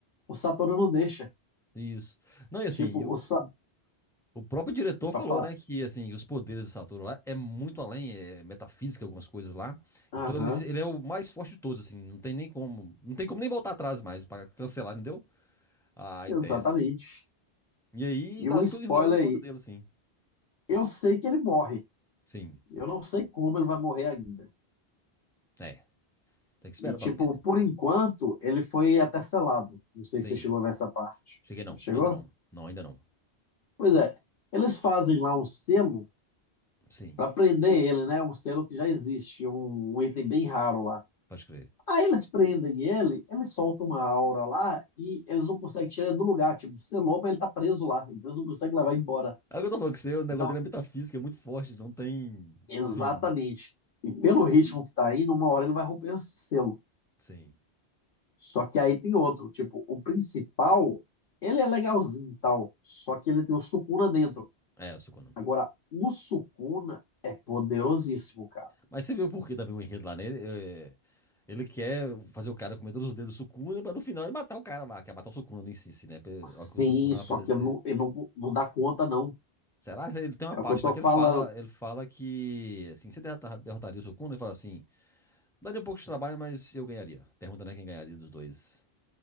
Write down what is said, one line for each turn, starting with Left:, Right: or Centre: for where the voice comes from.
Left: o Satoru não deixa.
Centre: isso. Não, e assim,
Left: Tipo,
Centre: eu,
Left: o Sa...
Centre: O próprio diretor
Left: pra
Centre: falou,
Left: falar,
Centre: né, que assim, os poderes do Satoru lá é muito além, é metafísica, algumas coisas lá.
Left: aham,
Centre: Então ele, ele é o mais forte de todos, assim, não tem nem como, não tem como nem voltar atrás mais pra cancelar, entendeu? A
Left: exatamente.
Centre: ideia assim. E aí
Left: E
Centre: tá
Left: um
Centre: tudo
Left: spoiler
Centre: enrolando em volta
Left: aí,
Centre: dele, assim.
Left: eu sei que ele morre.
Centre: Sim.
Left: Eu não sei como ele vai morrer ainda.
Centre: É, tem que esperar
Left: E tipo,
Centre: pra ver, né?
Left: por enquanto, ele foi até selado. Não sei
Centre: Sim.
Left: se você chegou a ver essa parte.
Centre: Cheguei não,
Left: Chegou?
Centre: ainda não. Não, ainda não.
Left: Pois é. Eles fazem lá um selo
Centre: Sim,
Left: Pra prender ele, né? Um selo que já existe, um, um item bem raro lá.
Centre: pode crer.
Left: Aí eles prendem ele, ele solta uma aura lá e eles não conseguem tirar ele do lugar. Tipo, selou, mas ele tá preso lá. Então eles não conseguem levar embora.
Centre: É o que eu tô falando que você, o negócio
Left: Então,
Centre: dele é metafísica, é muito forte, não tem
Left: exatamente.
Centre: assim,
Left: E pelo ritmo que tá indo, uma hora ele vai romper esse selo.
Centre: sim.
Left: Só que aí tem outro. Tipo, o principal, ele é legalzinho e tal. Só que ele tem o Sukuna dentro.
Centre: É, o Sukuna.
Left: Agora, o Sukuna é poderosíssimo, cara.
Centre: Mas você viu por que também o enredo lá, né? Ele, é, ele quer fazer o cara comer todos os dedos do Sukuna pra no final ele matar o cara lá, quer matar o Sukuna em si, si, né? Pra-
Left: Sim,
Centre: A hora que o Sukuna
Left: só
Centre: aparecer.
Left: que ele não, ele não, não dá conta, não.
Centre: Será? Ele tem uma parte
Left: É o que eu tô
Centre: lá que
Left: falando.
Centre: ele fala, ele fala que, assim, você derrota- derrotaria o Sukuna? Ele fala assim, daria um pouco de trabalho, mas eu ganharia. Pergunta, né, quem ganharia dos dois.